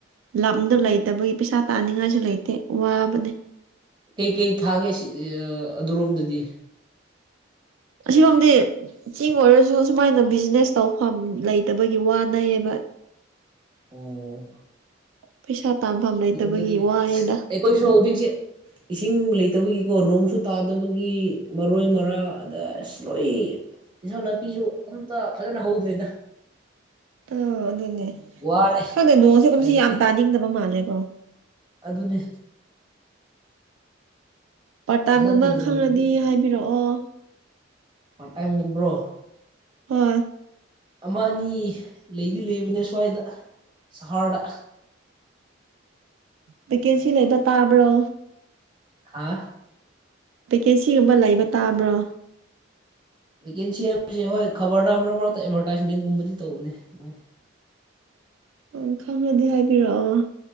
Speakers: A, on the right; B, on the right.
A: ꯂꯝꯗꯣ ꯂꯩꯇꯕꯒꯤ ꯄꯩꯁꯥ ꯇꯥ ꯅꯤꯡꯉꯥꯏꯁꯨ ꯂꯩꯇꯦ ꯋꯥꯕꯅꯦ
B: ꯀꯩꯀꯩ ꯊꯥꯒꯦ ꯁꯤ ꯑꯗꯨꯔꯣꯝꯗꯗꯤ
A: ꯑꯁꯤꯒꯨꯝꯝꯗꯤ ꯆꯤꯡ ꯑꯣꯏꯔꯁꯨ ꯁꯨꯃꯥꯏꯅ ꯕꯤꯖꯤꯅꯦꯁ ꯇꯧꯐꯝ ꯂꯩꯇꯕꯒꯤ ꯋꯥꯅꯩꯌꯦꯕ
B: ꯑꯣ
A: ꯄꯩꯁꯥ ꯇꯥꯟꯐꯝ ꯂꯩꯇꯕꯒꯤ
B: ꯅꯦ
A: ꯋꯥꯏꯑꯦꯗ
B: ꯑꯩ ꯀꯣꯏꯁꯨ ꯍꯧꯗꯤꯁꯦ ꯏꯁꯤꯡ ꯂꯩꯇꯕꯒꯤꯀꯣ ꯅꯣꯡꯁꯨ ꯇꯥꯗꯕꯒꯤ ꯃꯔꯣꯏ ꯃꯔꯥ ꯑꯗ ꯑꯁ ꯂꯣꯏ ꯏꯟꯁꯥꯡ ꯅꯥꯄꯤꯁꯨ ꯑꯝꯇ ꯐꯖꯅ ꯍꯧꯗ꯭ꯔꯦꯗ
A: ꯑꯥ ꯑꯗꯨꯅꯦ
B: ꯋꯥꯔꯦ
A: ꯈꯪꯗꯦ ꯅꯣꯡꯁꯦ
B: ꯎꯄꯥꯏ
A: ꯀꯨꯝꯁꯤ
B: ꯂꯩꯇꯦ
A: ꯌꯥꯝ ꯇꯥꯅꯤꯡꯗꯕ ꯃꯥꯜꯂꯦꯀꯣ
B: ꯑꯗꯨꯅꯦ
A: ꯄ꯭ꯔꯇꯥꯝꯒꯨꯝꯕ
B: ꯍꯟꯗꯛꯀꯤ ꯅꯣꯡꯁꯤꯗꯤ
A: ꯈꯪꯉꯗꯤ ꯍꯥꯏꯕꯤꯔꯛꯑꯣ
B: ꯄꯥꯏꯝ ꯃꯕ꯭ꯔꯣ
A: ꯍ
B: ꯑꯃ ꯑꯅꯤ ꯂꯩꯗꯤ ꯂꯩꯕꯅꯦ ꯁ꯭ꯋꯥꯏꯗ ꯁꯍꯔꯗ
A: ꯚꯦꯀꯦꯟꯁꯤ ꯂꯩꯕ ꯇꯥꯕ꯭ꯔꯣ
B: ꯍꯥꯥ
A: ꯚꯦꯀꯦꯟꯁꯤꯒꯨꯝꯕ ꯂꯩꯕ ꯇꯥꯕ꯭ꯔꯣ
B: ꯚꯦꯀꯦꯟꯁꯤ ꯍꯥꯏꯕꯕꯁꯤꯦ ꯍꯣꯏ ꯈꯕꯔꯗ ꯃꯔꯛ ꯃꯔꯛꯇ ꯑꯦꯗꯚꯔꯇꯥꯏꯁꯃꯦꯟꯒꯨꯝꯕꯗꯤ ꯇꯧꯕꯅꯦ ꯃꯣꯏ
A: ꯎ ꯈꯪꯉꯗꯤ ꯍꯥꯏꯕꯤꯔꯛꯑꯣ